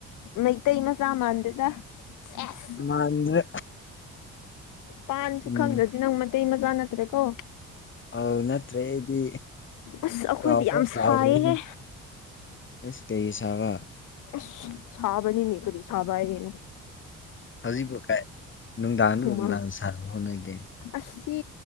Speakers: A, on the left (about 90°); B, on the left (about 40°).
A: ꯃꯩꯇꯩ ꯃꯆꯥ ꯃꯥꯟꯗꯦꯗ ꯁꯦꯁ
B: ꯃꯥꯟꯗ꯭ꯔꯦ
A: ꯄꯥꯟꯁꯨ
B: ꯎꯝ
A: ꯈꯪꯗꯗꯤ ꯅꯪ ꯃꯩ ꯇꯩ ꯃꯆꯥ ꯅꯠꯇ꯭ꯔꯦꯀꯣ
B: ꯑꯧ ꯅꯠꯇ꯭ꯔꯦ ꯑꯩꯗꯤ
A: ꯑꯁ ꯑꯩꯈꯣꯏꯗꯤ
B: ꯀꯥꯎꯐꯥꯎ
A: ꯌꯥꯝ
B: ꯀꯥꯎꯔꯨꯔꯦꯅꯦ
A: ꯁꯥꯏꯌꯦꯍꯦ
B: ꯑꯁ ꯀꯩꯒꯤ ꯁꯥꯕ
A: ꯑꯁ ꯁꯥꯥꯕꯅꯤꯅꯦ ꯀꯔꯤ ꯁꯥꯕ ꯍꯥꯏꯌꯦꯅꯦ
B: ꯍꯧꯖꯤꯛꯄꯨ ꯀꯥꯏ ꯅꯨꯡꯗꯥꯡꯗꯕꯨ
A: ꯍꯨꯃꯥꯡ
B: ꯀꯅꯥꯅ ꯁꯥꯕ ꯍꯧꯅꯒꯦ
A: ꯑꯁ ꯁꯤ